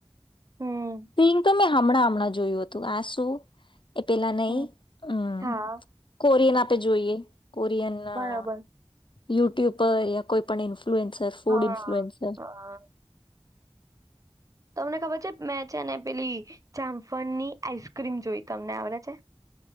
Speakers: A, on the right; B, on the left.
A: હમ
B: પિંગ તો મે હમણાં હમણાં જોયું હતું આ શું એ પેલા નહી
A: હમ.
B: હમ્મ
A: હા
B: કોરીના તે જોઈએ. કોરિયન ના
A: બરાબર
B: યુટ્યુબ પર યા કોઈ પણ ઇ ઈનફ્લુએન્સર ફૂડ
A: હા
B: ઇન્ફૂએન્સર
A: હા તમને ખબર છે મેં છે ને પેલી જામફણની આઈસક્રીમ જોઈ તમને આવડે છે?